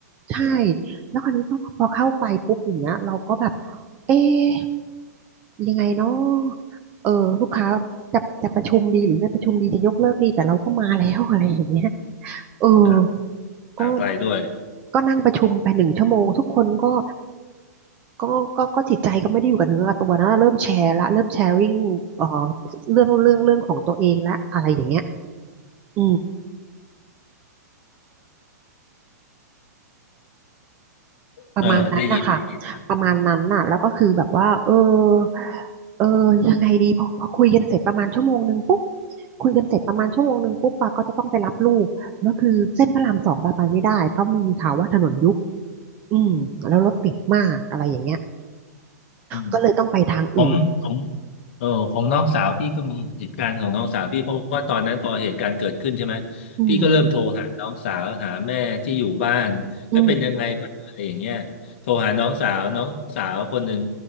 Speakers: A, on the right; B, on the left.
A: ใช่แล้วคราวนี้พอพอเข้าไปปุ๊บอย่างเงี้ยเราก็แบบเอ๊ะยังไงเนาะเออลูกค้าจะจะประชุมดีหรือไม่ประชุมดีจะยกเลิกดีแต่เราก็มาแล้วอะไรอย่างเงี้ยเออ
B: ครับ
A: ก็
B: มาไกลด้วย
A: ก็นั่งประชุมไปหนึ่งชั่วโมงทุกคนก็ ก็ก็ก็จิตใจก็ไม่ได้อยู่กับเนื้อกับตัวนะเริ่มแชร์ละเริ่มแชร์ริ่งเอ่อเรื่องเรื่องเรื่องของตัวเองละอะไรอย่างเงี้ยอืมประมาณนั้นนะคะ
B: เออได้ยินได้ยินครับ
A: ประมาณนั้นน่ะ แล้วก็คือแบบว่าเออเออยังไงดีพอพอคุยกันเสร็จประมาณชั่วโมงหนึ่งปุ๊บคุยกันเสร็จประมาณชั่วโมงหนึ่งปุ๊บปาก็จะต้องไปรับลูกแล้วคือเส้นพระรามสองปาไปไม่ได้เพราะมีข่าวว่าถนนยุบอืมแล้วรถติดมากอะไรอย่างเงี้ย
B: อืม
A: ก็เลยต้องไปทางอื่น
B: ผมของเออของน้องสาวพี่ก็มีเหตุการณ์ของน้องสาวพี่เพราะว่าตอนนั้นพอเหตุการณ์เกิดขึ้นใช่ไหม
A: อืม
B: พี่ก็เริ่มโทรหาน้องสาวหาแม่ที่อยู่บ้านไม่เป็นยังไงบ้างอะไรอย่างเงี้ยโทรหาน้องสาวน้องสาวคนหนึ่ง
A: อืม